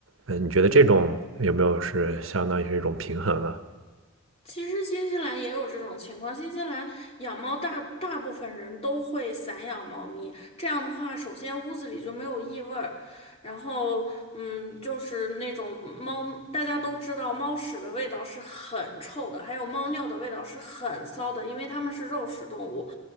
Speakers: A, on the right (about 75°); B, on the left (about 30°).
A: 嗯，你觉得这种有没有是相当于是一种平衡呢？
B: 其实新西兰也有这种情况，新西兰养猫大大部分人都会散养猫咪，这样的话，首先屋子里就没有异味儿，然后嗯，就是那种猫，大家都知道猫屎的味道是很臭的，还有猫尿的味道是很骚的，因为它们是肉食动物，